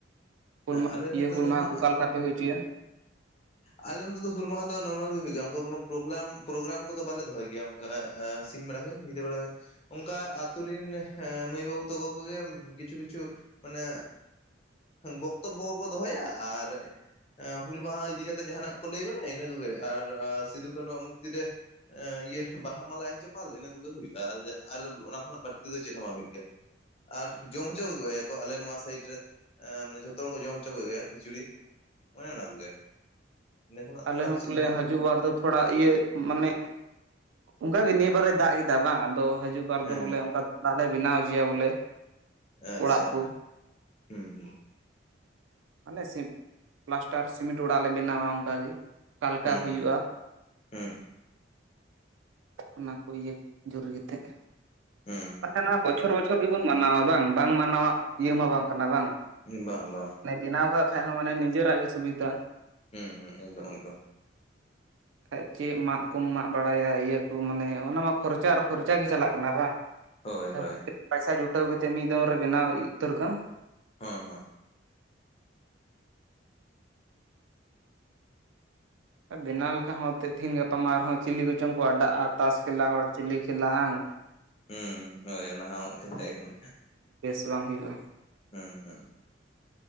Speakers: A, on the right; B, on the left.
A: ᱦᱩᱞ ᱢᱟᱦᱟ
B: ᱟᱞᱮ ᱱᱚᱛᱮ
A: ᱤᱭᱟᱹ ᱦᱩᱞ
B: ᱫᱚ
A: ᱢᱟᱦᱟ
B: ᱱᱟᱜ
A: ᱚᱠᱟᱞᱮ ᱞᱮᱠᱟ ᱯᱮ ᱦᱩᱭ ᱦᱚᱪᱚᱭᱟ?
B: ᱟᱞᱮ ᱱᱚᱛᱚ ᱫᱚ ᱦᱩᱞ ᱢᱟᱦᱟ ᱫᱚ ᱱᱚᱨᱢᱟᱞ ᱜᱮ ᱦᱩᱭᱩᱜᱼᱟ ᱚᱱᱠᱟ ᱯᱨᱳᱜᱳᱨᱟᱢ ᱠᱚᱫᱚ ᱵᱟᱞᱮ ᱫᱚᱦᱚᱭ ᱜᱮᱭᱟ᱾ ᱥᱤᱧ ᱵᱮᱲᱟ ᱦᱩᱭᱮᱱ ᱧᱤᱫᱟᱹ ᱵᱮᱲᱟ ᱦᱩᱭᱮᱱ᱾ ᱚᱱᱠᱟ ᱟᱛᱩ ᱨᱤᱱ ᱢᱟᱹᱭ ᱵᱟᱹᱵᱩ ᱛᱟᱠᱚ ᱠᱚᱜᱮ ᱠᱤᱪᱷᱩ ᱠᱤᱪᱷᱩ ᱢᱟᱱᱮᱼᱼ ᱵᱚᱠᱛᱚᱵᱵᱚ ᱠᱚᱠᱚ ᱫᱚᱦᱚᱭᱟ ᱟᱨ ᱦᱩᱞ ᱢᱟᱦᱟ ᱤᱫᱤ ᱠᱟᱛᱮᱜᱼᱼ ᱡᱟᱦᱟᱱᱟᱜ ᱠᱚ ᱞᱟᱹᱭ ᱵᱟᱲᱟᱭᱟ ᱤᱱᱟᱹ ᱠᱚᱜᱮ ᱟᱨ ᱥᱤᱫᱩ ᱠᱱᱩᱣᱟᱜ ᱢᱩᱨᱛᱤ ᱨᱮᱼᱼ ᱮ ᱤᱭᱟᱹ ᱵᱟᱦᱟ ᱢᱟᱞᱟ ᱮᱢ ᱪᱟᱯᱟᱞ ᱤᱱᱟᱹ ᱠᱚᱜᱮ ᱦᱩᱭᱩᱜᱼᱟ ᱟᱨ ᱚᱱᱟ ᱠᱷᱚᱱᱟᱜ ᱵᱟᱹᱲᱛᱤ ᱫᱚ ᱪᱮᱫ ᱦᱚᱸ ᱵᱟᱝ ᱦᱩᱭᱩᱜ ᱜᱮᱭᱟ᱾ ᱟᱨ ᱡᱚᱢ ᱦᱚᱪᱚ ᱟᱹᱜᱩᱭᱟᱠᱚ ᱟᱞᱮ ᱱᱚᱣᱟ ᱥᱟᱭᱤᱰ ᱨᱮᱼᱼ ᱮᱸ ᱢᱟᱱᱮ ᱡᱷᱚᱛᱚ ᱦᱚᱲᱠᱚ ᱡᱚᱢ ᱦᱚᱪᱚ ᱠᱚᱜᱮᱭᱟ ᱠᱷᱤᱪᱩᱲᱤ ᱚᱱᱮ ᱚᱱᱟ ᱠᱚᱜᱮ᱾ ᱤᱱᱟᱹ ᱠᱷᱚᱱᱟᱜ
A: ᱟᱞᱮ
B: ᱫᱚ ᱟᱨ
A: ᱦᱚᱸ
B: ᱪᱮᱫ
A: ᱯᱟᱞᱮ
B: ᱚᱱᱠᱟ
A: ᱦᱟᱡᱩᱜ ᱵᱟᱨ ᱫᱚ᱾ ᱛᱷᱚᱲᱟ ᱤᱭᱟᱹ ᱢᱟᱱᱮ ᱚᱱᱠᱟᱜᱮ ᱱᱤᱭᱟᱹ ᱵᱟᱨᱮ ᱫᱟᱜ ᱠᱮᱫᱟ ᱵᱟᱝ ᱟᱫᱚ ᱦᱟᱡᱩᱜᱼᱼ ᱵᱟᱨ
B: ᱦᱮᱸ
A: ᱫᱚ ᱵᱚᱞᱮ
B: ᱦᱮᱸ
A: ᱚᱱᱠᱟ ᱫᱟᱜ ᱞᱮ ᱵᱮᱱᱟᱣ ᱦᱚᱪᱚᱭᱟ ᱵᱚᱞᱮ
B: ᱟᱪᱪᱷᱟ᱾
A: ᱚᱲᱟᱜ ᱠᱚ
B: ᱦᱩᱸ ᱦᱩᱸ
A: ᱢᱟᱱᱮ ᱥᱤᱢ ᱯᱞᱟᱥᱴᱟᱨ ᱥᱤᱢᱤᱴ ᱚᱲᱟᱜ ᱞᱮ ᱵᱮᱱᱟᱣᱟ ᱚᱝᱼᱠᱟ ᱜᱮ᱾ ᱚᱠᱟᱞᱮᱠᱟ
B: ᱦᱩᱸ
A: ᱦᱩᱭᱩᱜᱼᱟ?
B: ᱦᱩᱸ
A: ᱚᱱᱟ ᱠᱚ ᱤᱭᱟᱹ ᱡᱩᱨᱤ ᱠᱟᱛᱮᱫᱼᱼ
B: ᱦᱩᱸ
A: ᱢᱟᱱᱮ ᱚᱱᱟ ᱵᱚᱪᱷᱚᱨ ᱵᱚᱪᱷᱚᱨ ᱜᱮᱵᱚᱱ ᱢᱟᱱᱟᱣᱟ ᱵᱟᱝ ᱵᱟᱝ ᱢᱟᱱᱟᱣᱟᱜ ᱤᱭᱟᱹ ᱢᱟ ᱵᱟᱝ ᱠᱟᱱᱟ ᱵᱟᱝ?
B: ᱵᱟᱝ ᱵᱟᱝ,
A: ᱢᱟᱱᱮ ᱵᱮᱱᱟᱣ ᱠᱟᱜ ᱠᱷᱟᱡ ᱦᱚᱸ ᱢᱟᱱᱮ ᱱᱤᱡᱮᱨᱟᱜ ᱜᱮ ᱥᱩᱵᱤᱫᱷᱟ᱾
B: ᱦᱩᱸ ᱦᱩᱸ ᱮᱠᱫᱚᱢ ᱮᱠᱫᱚᱢ᱾
A: ᱵᱟᱠᱷᱟᱡ ᱪᱮᱫ ᱢᱟᱜ ᱠᱚᱢ ᱢᱟᱜ ᱵᱟᱲᱟᱭᱟ ᱤᱭᱟᱹ ᱠᱚ ᱢᱟᱱᱮ ᱚᱱᱟ ᱢᱟ ᱠᱷᱚᱨᱪᱟ ᱟᱨ ᱠᱷᱚᱨᱪᱟ ᱜᱮ ᱪᱟᱞᱟᱜ ᱠᱟᱱᱟ ᱵᱟᱝ?
B: ᱦᱳᱭ
A: <unintelligible>
B: ᱦᱳᱭ
A: ᱯᱟᱭᱥᱟ ᱡᱩᱴᱟᱹᱣ ᱠᱟᱛᱮ ᱢᱤᱫ ᱫᱚᱢ ᱨᱮ ᱵᱮᱱᱟᱣ ᱩᱛᱟᱹᱨ ᱠᱟᱢ
B: ᱦᱳᱸ ᱦᱳᱸ
A: ᱵᱮᱱᱟᱣ ᱞᱮᱠᱷᱟᱡ ᱦᱚᱸ ᱮᱱᱮᱫ ᱛᱮᱦᱮᱧ ᱜᱟᱯᱟ ᱟᱨᱦᱚᱸ ᱪᱤᱞᱤ ᱠᱚᱪᱚᱝ ᱠᱚ ᱟᱰᱟᱜᱼᱟ ᱛᱟᱥ ᱠᱷᱮᱞᱟ ᱦᱚᱲ ᱪᱤᱞᱤ ᱠᱷᱮᱞᱟ ᱦᱟᱝ
B: ᱦᱩᱸ ᱦᱳᱭ ᱚᱱᱟ ᱦᱚᱸ ᱠᱟᱛᱷᱟ ᱜᱮ ᱠᱟᱱᱟ᱾
A: ᱫᱚ ᱵᱟᱝ ᱦᱩᱭᱩᱜᱼᱟ᱾
B: ᱦᱩᱸ ᱦᱩᱸ